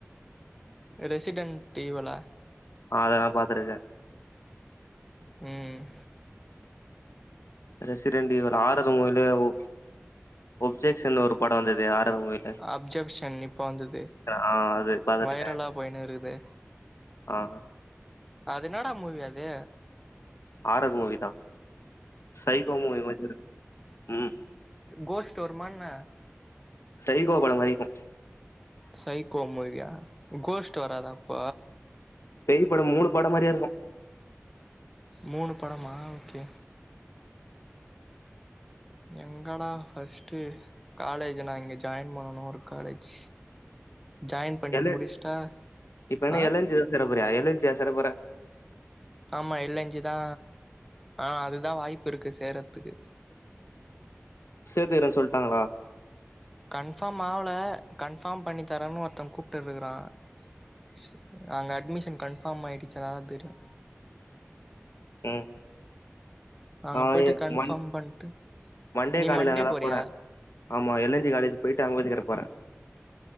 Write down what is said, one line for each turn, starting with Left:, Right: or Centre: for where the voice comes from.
Centre: ரெசிடென்ட்டி வேல
Left: அதெல்லா பாத்திருக்கே
Centre: ம்
Left: ரெசிடண்ட் ஈவல் ஹாரர் மூவிலே ஒ ஒப்ஜெக்ஷன் ஒரு படோ வந்தது ஹாரர் மூவி
Centre: அப்ஜெக்ஷ்ஷன் இப்ப வந்தது
Left: ஆ அது பாத்துருக்கே
Centre: வைரலா போயினு இருக்குது
Left: ஆ
Centre: அது என்னடா மூவி அது
Left: ஹாரது மூவி தா சைகோ மூவி மாரி இருக்கு ம்
Centre: கோஸ்டு வருமா என்ன
Left: சய்கோ படம் மாரி இருக்கு
Centre: சைக்கோ மூவியா கோஷ்ட் வராத அப்ப
Left: பெய்ப் படம் மூனு படம் மாரியே இருகு
Centre: மூணு படமா ஓகே எங்கடா ஃபஸ்ட்டு காலேஜ் நா இங்கே ஜாயின் பண்ணணு ஒரு காலேஜ் ஜாயின் பண்ணி
Left: எல
Centre: முடிசுட்டா,
Left: இப்ப என்ன
Centre: அ
Left: எல் என் ஜி தா சேர போறியா எதுல் சே சேர போற
Centre: ஆமா எள்ளஞ்சுதா ஆ அதுதா வாய்ப்பு இருக்கு சேரத்துக்கு
Left: சேத்துக்ரேன்னு சொல்ட்டாங்ளா
Centre: கன்ஃபார்ம் ஆவ்ல கன்ஃபார்ம் பண்ணி தரேன்னு ஒருத்த கூப்ட்டுட்டு இருக்கறா ஸ் அங்க அட்மிஷன் கன்ஃபார்ம் ஆயிடுச்சா டா தெரியு
Left: ம்
Centre: அங்க
Left: ஆ
Centre: போயிட்டு
Left: ஏ
Centre: கன்ஃபார்ம்
Left: மண்
Centre: பண்ட்டு
Left: மண்டே
Centre: நீ
Left: காலைல அங்கதா
Centre: போறியா
Left: போறே ஆமா எல் என் ஜி காலேஜ் போய்ட்டு அமிஞ்சிகர போற